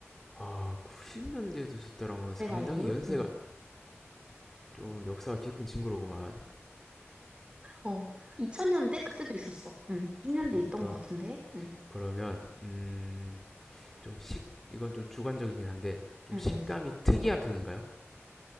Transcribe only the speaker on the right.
내가 알기론?
응.
어. 2000년대? 그때도 있었어. 응. 90년대
있던
것 같은데? 응.
응,
응.